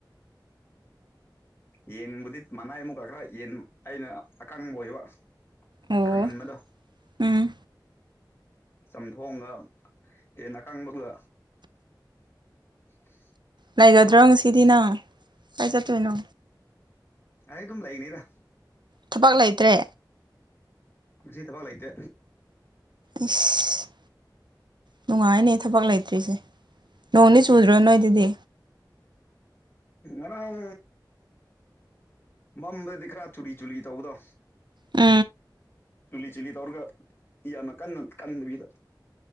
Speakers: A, on the left; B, on the right.
A: ꯌꯦꯟꯕꯨꯗꯤ ꯃꯅꯥꯏ ꯑꯃꯨꯛ ꯈ ꯈꯔ ꯌꯦꯟ ꯑꯩꯅ ꯑꯀꯪꯕ ꯑꯣꯏꯌꯦꯕ
B: ꯑꯣ
A: ꯀꯪꯍꯟꯕꯗꯣ
B: ꯎꯝ
A: ꯆꯥꯝꯊꯣꯡꯑꯒ ꯍꯟꯅ ꯑꯅꯥꯀꯪꯕꯗꯨꯒ ꯎ
B: ꯂꯩꯒꯗ꯭ꯔꯣ ꯉꯁꯤꯗꯤ ꯅꯪ ꯀꯥꯏ ꯆꯠꯇꯣꯏꯅꯣ
A: ꯑꯩ ꯑꯗꯨꯝ ꯂꯩꯅꯤꯗ
B: ꯊꯕꯛ ꯂꯩꯇ꯭ꯔꯦ
A: ꯖꯖꯤ ꯇꯕꯂꯥꯏꯇꯦ
B: ꯏꯁ ꯅꯨꯡꯉꯥꯏꯅꯦ ꯊꯕꯛ ꯂꯩꯇ꯭ꯔꯤꯁꯦ ꯅꯣꯡꯅꯤ ꯆꯨꯗ꯭ꯔꯣ ꯅꯣꯏꯗꯗꯤ
A: ꯑꯔꯝ ꯃꯝꯗꯗꯤ ꯈꯔꯥ ꯆꯨꯔꯤ ꯆꯨꯔꯤ ꯇꯧꯕꯗꯣ
B: ꯎ
A: ꯆꯨꯂꯤ ꯆꯤꯂꯤ ꯇꯧꯔꯒ ꯏꯅ ꯀꯟꯅ ꯀꯟꯗꯕꯤꯗ